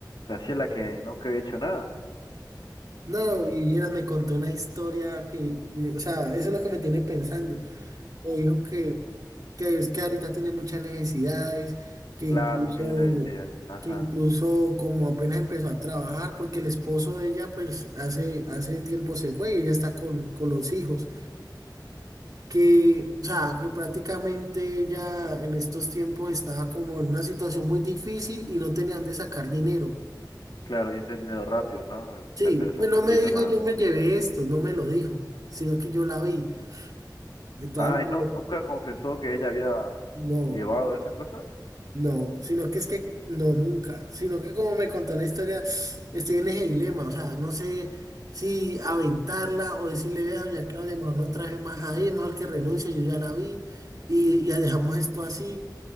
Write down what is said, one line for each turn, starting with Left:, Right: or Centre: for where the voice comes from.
Left: se hacía la que nunca había hecho nada.
Right: No, y viera, me contó una historia que, me- o sea, eso es lo que me tiene pensando. me dijo que, que es que ahorita tiene muchas necesidades, que incluso,
Left: Claro, lo que yo le decía, ajá.
Right: que incluso como apenas empezó a trabajar, porque el esposo de ella pues hace, hace tiempo se fue y ella está con, con los hijos, que, o sea, que prácticamente ella en estos tiempos estaba como en una situación muy difícil y no tenían de sacar dinero.
Left: Claro, y ese es dinero rápido, ¿no?
Right: Sí,
Left: Vender esas
Right: pues
Left: cositas,
Right: no me dijo
Left: la verdad.
Right: yo me llevé esto, no me lo dijo, sino que yo la vi. De todas
Left: Ay,
Right: maneras,
Left: no, nunca confesó que ella había
Right: no.
Left: llevado esas cosas.
Right: No, sino que es que no, nunca, sino que como me contó la historia, estoy en ese dilema, o sea, no sé si aventarla o decirle, vea, doña Claudia, mejor no traje más ahí, mejor que renuncie, yo ya la vi y y ya dejamos esto así,